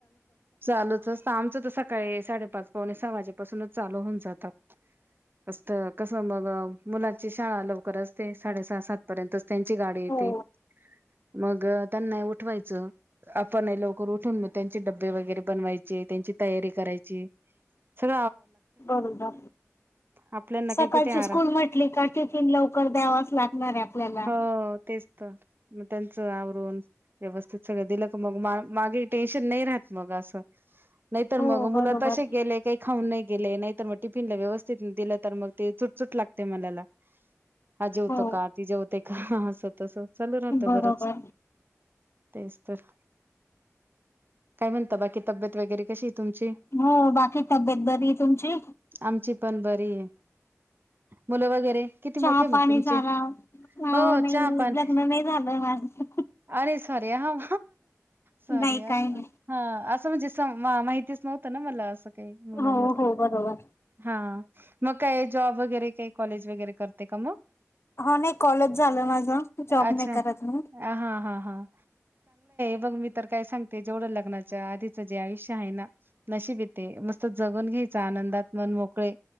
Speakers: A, on the right (about 40°); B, on the left (about 55°).
A: चालूच असत आमचं तस सकाळी साडेपाच पावणे सहा वाजेपासूनच चालू होऊन जातात अस कस मग मुलाची शाळा लवकरचते साडे सहा सात पर्यंत त्यांची गाडी येते
B: हो
A: मग त्यांना नाही उठवायचं आपण नाही लवकर उठून म त्यां डबबे वगैरे बनवाचे त्यांची तयारी कराय सग
B: बरोबर
A: आपल्याना
B: सकाळची
A: काही कुठे आराम
B: स्कूल म्हटली का टिफिन लवकर द्यावाच लागणार आहे आपल्याला
A: हो तेच तर मग त्यांचं आवरून व्यवस्थित सगळं दिलं क मग मा मागे टेन्शन नाही राहत मग असं नाहीतर
B: हो
A: मग मुला
B: बरोबर
A: तसे गेले काही खाऊन नाही गेले नाही तर मग टिफिन ला व्यवस्थित दिलं तर मग ते चुटचुट लागते मनाला हा जेवतो
B: हो
A: का ती जेवते का अस तसं चालू राहत
B: बरोबर
A: बरंच तेच तर काय म्हणत बाकी तब्येत वगैरे कशी तुमची
B: हो बाकी तब्येत बरी आहे तुमची
A: आमची पण बरी आहे मुलं वगैरे किती मोठे
B: चहा पाणी
A: मग तुमचे
B: झाला
A: हो
B: नाही
A: चहा पान
B: लग्न नाही झालं माझं
A: अरे सॉरी ह सर
B: नाही
A: या
B: काय नाही
A: हा असं म्हणजे माहितीच नव्हतं ना मला असं. ते म्हणून
B: हो
A: म्हटलं
B: हो बरोबर.
A: हा. मग काय जॉब वगैरे काही कॉलेज वगैरे करते का मग
B: हा नाही कॉलेज झालं माझ जॉब
A: अच्छा.
B: नाही करत मी.
A: हां, हां, हां. <unintelligible> तर काय सांगते जेवढं लग्नाच्या आधीच जे आयुष्य आहे ना नशिबिते मस्त जगून घ्यायच आनंदात मन मोकळे